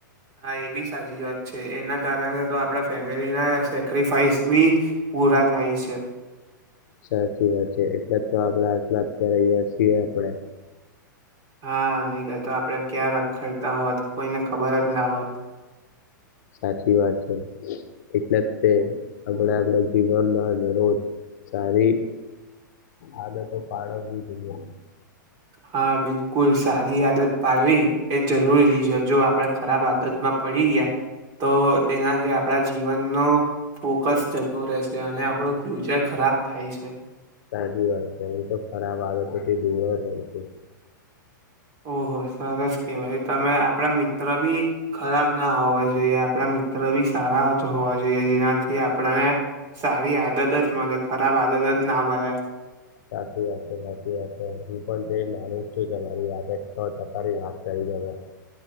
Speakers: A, on the right; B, on the left.
A: હા એ બી સાચી વાત છે, એના કારણે તો આપડા ફેમિલીના સેક્રિફાઈસ બી પૂરા થાય છે.
B: સાચી વાત છે એટલે તો આપડા આટલા અત્યારે અહીયા છીએ આપણે.
A: હા નહીંતર તો આપડે ક્યાં રખડતા હોત કોઈને ખબર જ ના હોત.
B: સાચી વાત છે. એટલે તે આપડે આપડા જીવનમાં દરોજ સારી આદતો પાડવી જોઈએ.
A: હા બિલકુલ સારી આદત પાડવી એ જરૂરીજો. જો આપડે ખરાબ આદતમાં પડી ગયા તો તેનાથી આપણા જીવનનો ફોકસ જતો રહેશે અને આપણું ફ્યુચર ખરાબ થાય છે
B: સાચી વાત છે. હુ તો ખરાબ આદતો થી દૂર જ રવ છુ.
A: ઓહો સરસ કેવાય તમે આપડા મિત્ર બી ખરાબના હોવા જોઈએ. આપડા મિત્ર બી સારા જ હોવા જોઈએ. જેનાથી આપડાને સારી આદત જ મલે. ખરાબ આદત જ ના મલે.
B: સાચી વાત છે. સાચી વાત છે. હું પણ તે માનું સાચી તમારી વાતે સો ટકાની વાત કરી તમે.